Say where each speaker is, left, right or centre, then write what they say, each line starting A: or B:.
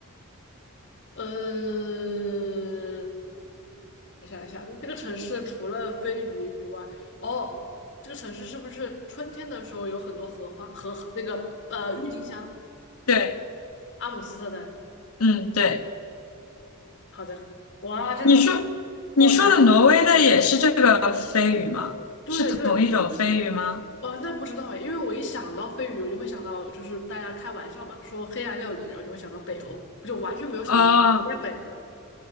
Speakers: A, on the left (about 55°); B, on the left (about 80°).
A: 呃，我想一下，这个城市除了飞鱼以外，哦，这个城市是不是春天的时候有很多荷花和那个呃郁金香？
B: 对，
A: 阿姆斯特丹。
B: 嗯，对。
A: 好的，哇，这个
B: 你说你说的挪威的也是这个飞鱼吗？
A: 好难呀对对，
B: 是同一种飞鱼吗？
A: 哦，那不知道哎，因为我一想到飞鱼，我就会想到，就是大家开玩笑嘛，说黑暗料理，然后就会想到北欧，我就完全没有想到不在北欧。
B: 哦